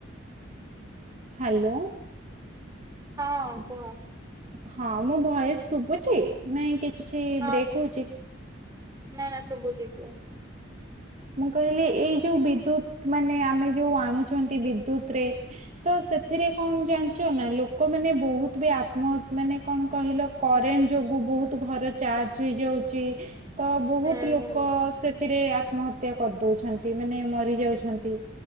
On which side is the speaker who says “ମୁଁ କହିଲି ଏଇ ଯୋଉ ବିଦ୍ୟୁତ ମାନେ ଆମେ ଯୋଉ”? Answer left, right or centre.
Right